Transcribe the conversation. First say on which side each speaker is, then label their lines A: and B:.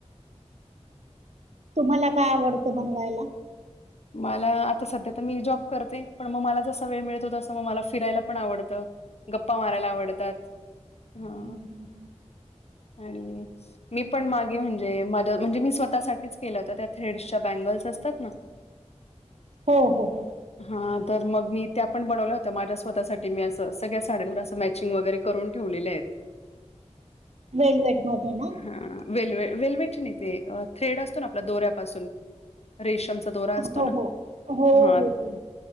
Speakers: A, on the right (about 65°); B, on the left (about 60°).
A: तुम्हाला काय आवडतं. बनवायला.
B: मला. आता सध्या तर मी जॉब करते. पण मग मला जसा वेळ मिळतो, तसं मग मला फिरायला पण आवडतं. गप्पा मारायला आवडतात. हा
A: हम <inaudible>
B: आणि मी पण मागे म्हणजे, माझ्या म्हणजे मी स्वतःसाठीच केलं होत त्या थ्रेडसच्या बँगल्स असतात ना.
A: हो हो हो.
B: हा तर मग मी त्या पण बनवल्या होत्या. माझ्या स्वतःसाठी मी असं, सगळ्या साड्यांवर असं मॅचिंग वगैरे करून ठेवलेल्यायेत.
A: वेलवेट मध्ये ना.
B: हां, वेल्वे वेल्वेटची नाही. ते थ्रेड असतो ना आपल्या दोऱ्यापासून. रेशम दोरा असतो
A: हो
B: ना,
A: हो हो हो
B: हा.
A: हो हम्म